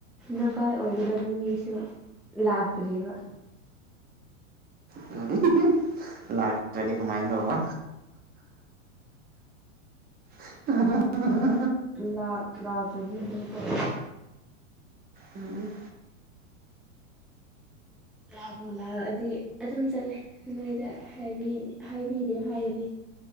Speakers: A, in the centre; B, on the right.
A: ꯅꯚꯥꯏ ꯑꯣꯏꯒꯗꯕ ꯃꯤꯁꯨ ꯂꯥꯛꯇ꯭ꯔꯤꯕ꯫
B: ꯎꯝ꯫ <inaudible> ꯂꯥꯛꯇꯔ꯭ꯗꯤ ꯀꯃꯥꯏ ꯇꯧꯕ꯫ ꯎ꯫ <unintelligible>
A: ꯂꯥꯛ ꯂꯥꯛꯇ꯭ꯔꯗꯤ ꯑꯗꯨꯝ ꯇꯣꯛ ꯑꯦ꯫
B: ꯎꯝ꯫
A: ꯂꯥꯛꯄꯨ ꯂꯥꯛꯑꯗꯤ ꯑꯗꯨꯝ ꯆꯠꯂꯦ꯫ ꯅꯣꯏꯗ ꯍꯥꯏꯕꯤ ꯍꯥꯏꯕꯤꯗꯦ ꯍꯥꯏꯒꯅꯤ